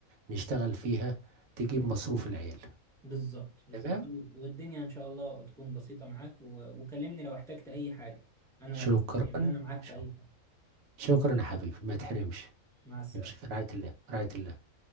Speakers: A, on the right; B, in the centre.
A: نشتغل فيها تجيب مصروف العيال
B: بالظبط بالظبط
A: تمام
B: والدنيا ان شاء الله تكون بسيطه معاك و... وكلمني لو احتجت اي حاجه انا
A: شكرا
B: يعني انا معاك في
A: شك-
B: اي حاجه
A: شكرا يا حبيبي ما تحرمش
B: مع السلامه
A: نمشي في رعاية الله في رعاية الله